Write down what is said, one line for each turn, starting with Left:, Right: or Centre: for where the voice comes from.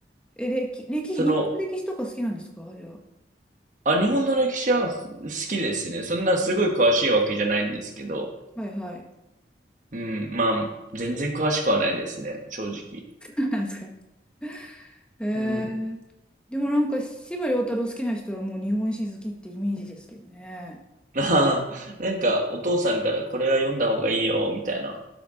Centre: え、歴、歴史、
Right: その、
Centre: 日本の歴史とか好きなんですかじゃあ。
Right: あ、日本の歴史は好きですね。そんなすごい詳しいわけじゃないんですけど、
Centre: はいはい。
Right: うん、まあ、全然詳しくはないですね、正直。
Centre: <laughs> なんですか。<laughs> へえ。
Right: うん。
Centre: でもなんか、司馬遼太郎好きな人はもう日本史好きってイメージですけどね。
Right: <laughs> ああ、なんか、お父さんからこれは読んだ方がいいよ、みたいな